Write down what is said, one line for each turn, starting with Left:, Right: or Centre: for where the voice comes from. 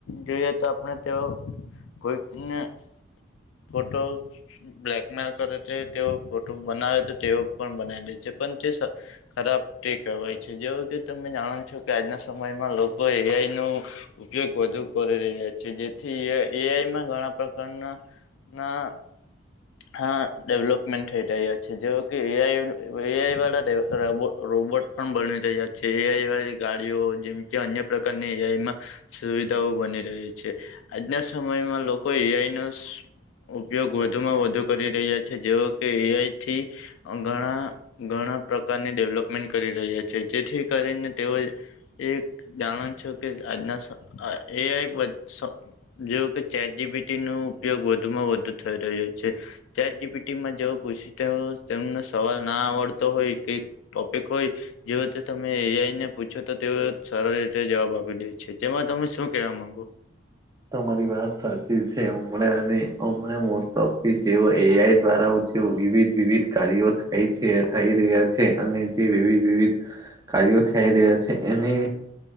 Left: જોઈએ તો આપણે તેઓ કોઈકના. ફોટો બ્લેકમેલ કરે છે તેઓ ફોટો બનાવે તો તેઓ પણ બનાય દે છે પણ તે સ ખરાબ તે કહેવાય છે જેઓ કે તમે જાણો જોકે આજના સમયમાં લોકો એઆઈ નો ઉપયોગ વધુ કરી રહ્યા છે જેથી એઆઈ એઆઈમાં ઘણા પ્રકારના ના હા, ડેવલોપમેન્ટ થઈ રહ્યા છે જેઓ કે એઆઈ એઆઈ વાળા રોબોટ પણ બની રહ્યા છે. એઆઈ વાળી ગાડીઓ જેમ કે અન્ય પ્રકારની એઆઈમાં સુવિધાઓ બની રહી છે આજના સમયમાં લોકો એઆઈનો સ ઉપયોગ વધુમાં વધુ કરી રહ્યા છે જેઓ કે એઆઈથી. ઘણા ઘણા પ્રકારની ડેવલોપમેન્ટ કરી રહ્યા છે જેથી કરીને તેઓએ એ જાણ છો કે આજના એઆઈ <unintelligible> જો કે ચે જબીટી ન ઉપયોગ વધુ માં વધુ થઈ રહ્યો છે. ચેપીટીમાં જે પૂછે તે તેમને સવાલ ના આવડતો હોય કે ટોપેિક હોય જેવતે તમે એઆઈને પૂછો તો તેવ સરળ રીતે જવાબ આપી દે છે તેમાં તમે શું કેવા માંગો.?
Right: તમારી વાત સાચી છે હમણાં હમ મોસ્ટ ઓફ જે એઆઈ દ્વારા વિવિધ વિવિધ કાર્ય થઈ છે થઈ રહ્યા છે અને જે વિવિધ વિવિધ કાર્યો થઈ રહ્યા છે એને